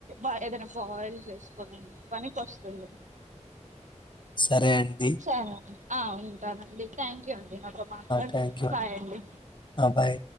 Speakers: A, on the right; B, on the left.
A: అ ఏదనా బాయిల్ చేసుకోనిండి పనికినికి వస్తుంది
B: సరే అండి
A: సరే అండి ఉంటానండి థ్యాంక్ యూ అండి నాతో మాట్లాడినందుకు
B: థ్యాంక్ యూ
A: బాయ్ అండి
B: బాయ్